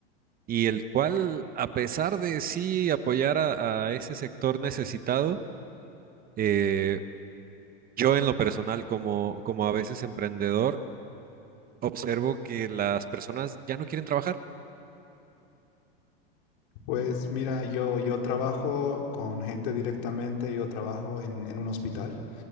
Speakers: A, on the right (about 30°); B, on the left (about 65°).
A: y el cual, a pesar de sí apoyar a, a ese sector necesitado, eh, Yo en lo personal, como, como a veces emprendedor, observo que las personas ya no quieren trabajar.
B: Pues mira, yo, yo trabajo con gente directamente, yo trabajo en, en un hospital,